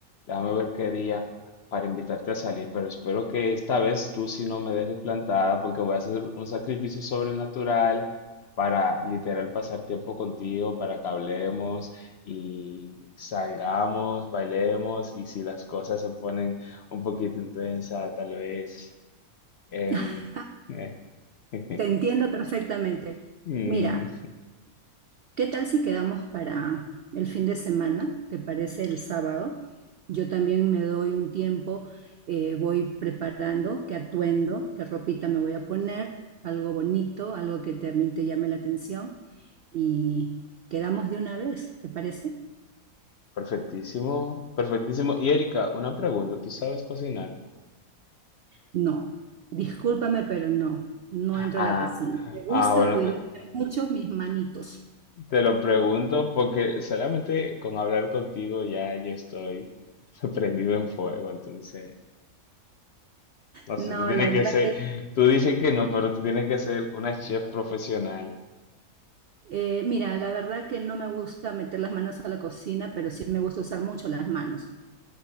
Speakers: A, on the left; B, on the right.
A: déjame ver qué día para invitarte a salir, pero espero que esta vez tú sí no me dejes plantada porque voy a hacer un sacrificio sobrenatural para literal pasar tiempo contigo, para que hablemos y salgamos, bailemos y si las cosas se ponen un poquito intensas, tal vez... em,
B: <laughs>
A: eh, <laughs>
B: Te entiendo perfectamente.
A: mm,
B: Mira, ¿qué tal si quedamos para el fin de semana? ¿Te parece el sábado? Yo también me doy un tiempo, eh, voy preparando qué atuendo, qué ropita me voy a poner, algo bonito, algo que también te llame la atención y quedamos de una vez, ¿te parece?
A: perfectísimo, perfectísimo. Y Erika, una pregunta, ¿tú sabes cocinar?
B: No, discúlpame, pero no, no entro
A: Ah,
B: a la cocina. Me
A: ah,
B: gusta
A: bueno,
B: cuidar
A: te,
B: mucho mis manitos.
A: te lo pregunto porque solamente con hablar contigo ya yo estoy <laughs> prendido en fuego, entonces, no
B: No,
A: sé, tú tienes
B: la verdad
A: que ser,
B: que,
A: tú dices que no, pero tú tienes que ser una chef profesional.
B: eh, mira, la verdad que no me gusta meter las manos a la cocina, pero sí me gusta usar mucho las manos,